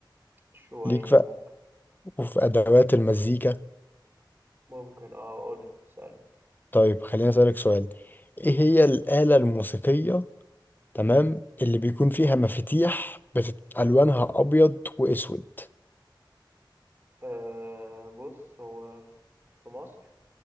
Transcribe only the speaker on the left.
ليك في
وفي ادوات المزيكا
طيب خليني اسالك سؤال ايه هي الآلة الموسيقية تمام اللي بيكون فيها مفاتيح بتت... الوانها ابيض واسود